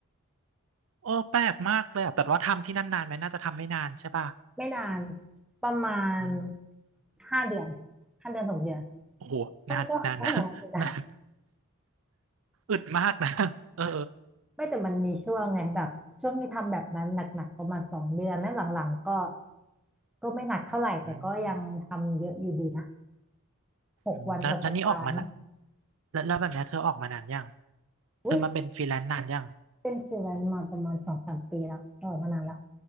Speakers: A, on the right; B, in the centre.
A: โอ้แปลกมากเลยอะแต่ว่าทำที่นั่นนานไหมน่าจะทำไม่นานใช่ป่ะ
B: ไม่นานประมาณ
A: อืม
B: ห้าเดือนห้าเดือนหกเดือน
A: โอ้โหนานนานนะนาน
B: ก็ก็ก็เหมือนกันนะ
A: อึดมากนะ <laughs> เออ
B: ไม่แต่มันมีช่วงไงแบบช่วงที่ทำแบบนั้นหนักๆประมาณสองเดือนแล้วหลังๆก็ก็ไม่หนักเท่าไหร่แต่ก็ยังทำเยอะอยู่ดีนะ
A: อืม
B: หกวันต่อสัปดาห์เนี่ย
A: อืมแล้วแล้วนี่ออกมาละแล้วแล้วแบบเนี้ยเธอออกมานานยัง
B: อุ้ย
A: เธอมาเป็นฟรีแลนซ์นานยัง
B: เป็นฟรีแลนซ์มาประมาณสองสามปีแล้วออกมานานแล้ว